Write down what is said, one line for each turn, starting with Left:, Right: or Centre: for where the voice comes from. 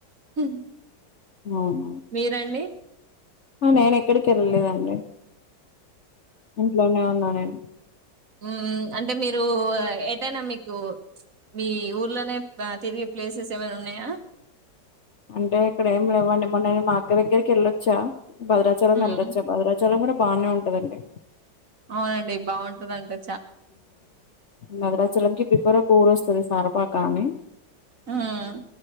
Right: హ్మ్
Left: అవున్
Right: మీరండి
Left: ఆ నేన్ ఎక్కడికి వెళ్ళలేదండి ఇంట్లోనే ఉన్నా నేన్
Right: హ్ అంటే మీరు ఏటైనా మీకు, మీ ఊర్లోనే తిరిగే ప్లేసెస్ ఏమైనా ఉన్నాయా.
Left: అంటే ఇక్కడ ఏం లేవండి మొన్నని మా అక్క దగ్గరికి వెళ్ళొచ్చా. భద్రాచలం
Right: ఉమ్
Left: ఎల్లొచ్చా భద్రాచలం కూడా బానే ఉంటదండి
Right: అవునండి బాగుంటందంటే
Left: భదరాచలంకి బిఫోర్ ఒకఊరు వస్తది సార ఫాక్ కానీ
Right: మ్మ్